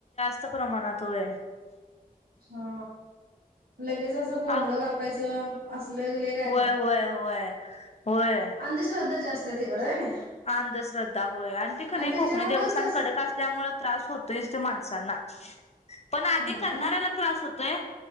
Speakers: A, on the left; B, on the right.
A: जास्त प्रमाणात होय.
B: हा लगेच असं कोंबडं
A: आव
B: कापायचं. अस लग लय काय
A: होय
B: काय?
A: होय होय होय
B: अंधश्रद्धा जास्त तिकडे आहे.
A: अंधश्रद्धा होय आणि ती कणाय
B: त्याच्यामुळे
A: कोकणी देवस्थान
B: तस
A: कडक असल्यामुळे त्रास होतोयच. तो माणसांना पण आधी
B: हा
A: करणाऱ्याला
B: का
A: त्रास होतोय.